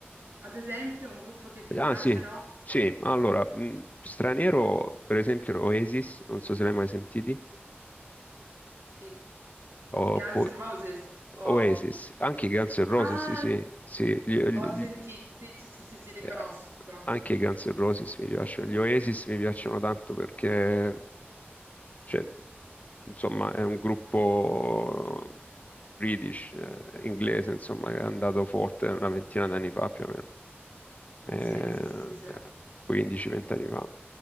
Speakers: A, on the right (about 70°); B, on the left (about 35°).
A: ad esempio un gruppo che ti piace
B: Ah sì,
A: rock,
B: sì, allora, mh, straniero per esempio Oasis, non so se l'hai mai sentiti.
A: i,
B: Oppo-
A: i Guns N' Roses, o...
B: Oasis, anche i Guns N' Roses,
A: Ah,
B: sì, sì, sì, gli- gli-
A: ho sentito,
B: gli-
A: sì, sì, sì, sì, sì, li
B: eh,
A: conosco.
B: anche i Guns N' Roses mi piacciono, gli Oasis mi piacciono tanto perché, cioè, insomma, è un gruppo British, eh, inglese, insomma, che è andato forte una ventina d'anni fa più o meno.
A: Sì, sì, sì, sì, sì.
B: Eh, 15-20 anni fa